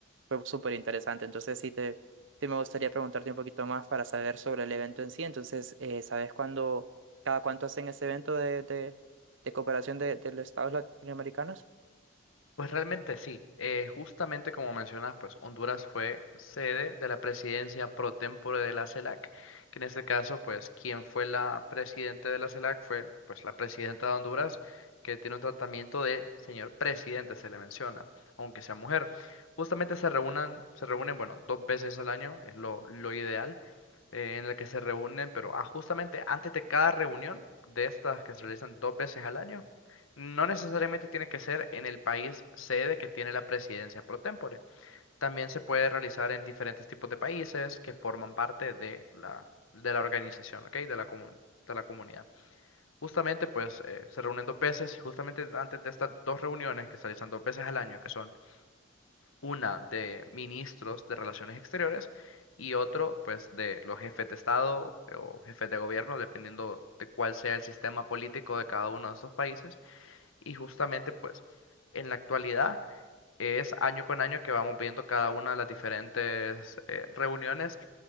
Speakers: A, on the right; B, on the left.
A: fue súper interesante, entonces sí te Sí, me gustaría preguntarte un poquito más para saber sobre el evento en sí. Entonces, eh, ¿sabes cuándo, cada cuánto hacen ese evento de, de, de cooperación de, de los estados latinoamericanos?
B: Pues realmente sí, eh, justamente como mencionas, pues Honduras fue sede de la presidencia pro tempore de la CELAC, que en este caso, pues quien fue la presidente de la CELAC fue pues la presidenta de Honduras, que tiene un tratamiento de señor presidente, se le menciona, aunque sea mujer. Justamente se reúnan, se reúnen, bueno, dos veces al año, es lo, lo ideal eh, en la que se reúnen, pero ah, justamente antes de cada reunión de estas que se realizan dos veces al año, no necesariamente tiene que ser en el país sede que tiene la presidencia pro tempore. También se puede realizar en diferentes tipos de países que forman parte de la, de la organización, ¿ok? De la comun- de la comunidad. Justamente, pues, eh, se reúnen dos veces y justamente antes de estas dos reuniones que se realizan dos veces al año, que son una de ministros de Relaciones Exteriores y otro pues de los jefes de Estado eh, o jefes de gobierno, dependiendo de cuál sea el sistema político de cada uno de estos países. Y justamente pues en la actualidad es año con año que vamos viendo cada una de las diferentes eh, reuniones